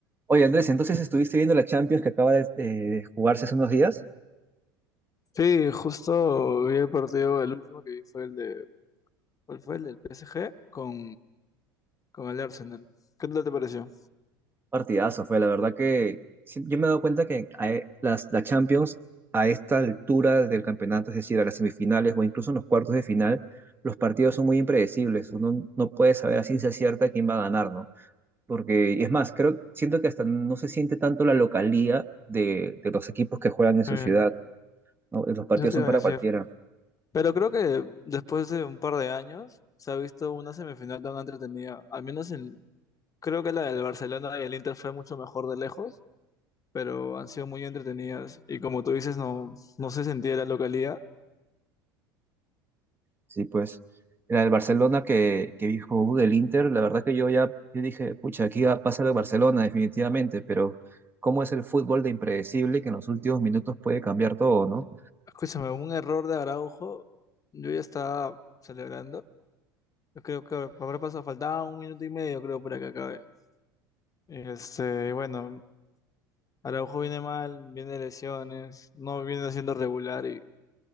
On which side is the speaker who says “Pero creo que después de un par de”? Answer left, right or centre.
Left